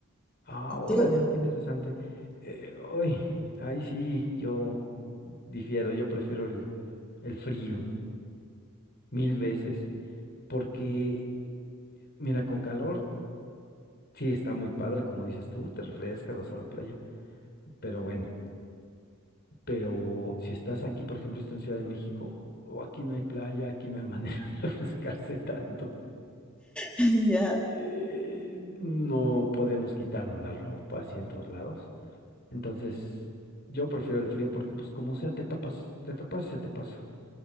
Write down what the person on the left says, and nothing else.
Ah,
órale,
qué interesante. Eh, uy, ahí sí yo difiero, yo prefiero el, el frío mil veces, porque, mira, con calor. Sí, está muy padre, como dices tú, te refrescas, vas a la playa, pero bueno, pero si estás aquí, por ejemplo, estoy en Ciudad de México, o aquí no hay playa, aquí no hay manera <laughs> de refrescarse tanto.
Eh, No podemos quitarnos la ropa así en todos lados. Entonces, yo prefiero el frío porque, pues, como sea, te tapas, te tapas y se te pasa.